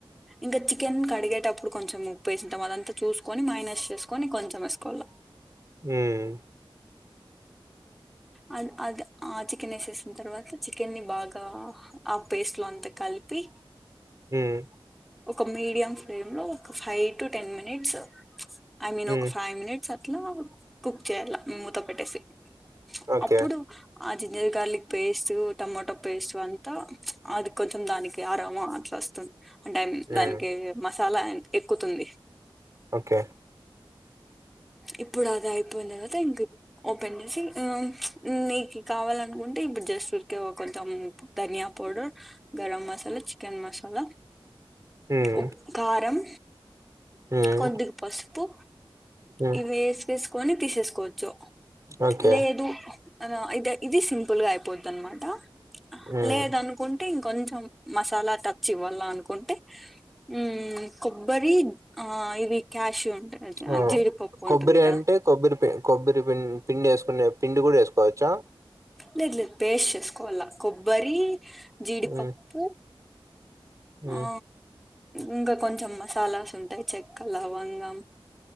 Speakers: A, in the centre; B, on the right (about 35°).
A: ఇంకా చికెన్ కడిగేటప్పుడు కొంచెం ఉప్పు వేసింటాం అదంతా చూసుకొని మైనస్ చేసుకొని కొంచెం వేసుకోవళ్ళం
B: హ్మ్
A: అ అది ఆ చికెన్ వేసేసిన తర్వాత చికెన్ని ని బాగా ఆ పేస్ట్ లో అంతా కలిపి
B: హ్మ్
A: ఒక మీడియం ఫ్లేమ్ లో ఒక five to ten minutes I mean
B: హ్మ్.
A: ఒక ఫైవ్ మినిట్ అట్లా కుక్ చేయాల మూతో పెట్టేసి
B: ఓకే.
A: అప్పుడు ఆ ginger garlic paste tomato paste అంతా అది కొంచెం దానికి ఆరామ ఆట్లా వస్తుంది అంటే
B: హ్మ్.
A: దానికి మ చాలా ఎక్కుతుంది
B: ఓకే
A: ఇప్పుడు అది అయిపోయిన తర్వాత ఇం ఓపెన్ చేసి నీకు కావాలనుకుంటే ఇప్పుడు జస్ట్ ఉరికే కొంచెం ధనియా పౌడర్ గరం మసాలా చికెన్ మసాలా
B: హ్మ్.
A: ఉప కరం
B: హ్మ్.
A: కొందికు పసుపు
B: హ్మ్.
A: ఇవి వెసెసు కొని తీసేసుకోచ్చు
B: ఓకే.
A: లేదు అన ఇది సింపుల్ గా అయిపోద్ది అనమాట
B: హ్మ్.
A: లేద అనుకుంటే ఇం కొంచం మసాలా తచ్చివా లా అనుకుంటే ఊమ్ కొబ్బరి ఆ ఇవి క్యాషు ఉంటాయి
B: ఆ
A: జీడిపప్పు
B: కొబ్బరి
A: ఉంటుంది కదా
B: అంటే కొబ్బరి కొబ్బపిం పిండి ఏసుకునే పిండి కూడా ఏసుకోవచ్చా
A: లేదు లేదు పేస్ట్ చేసుకోల కొబ్బరి జీడిపప్పు
B: హ్మ్. హ్మ్.
A: ఆ ఇంకా కొంచెం మసాలాస్ ఉంటాయి చెక్క లవంగం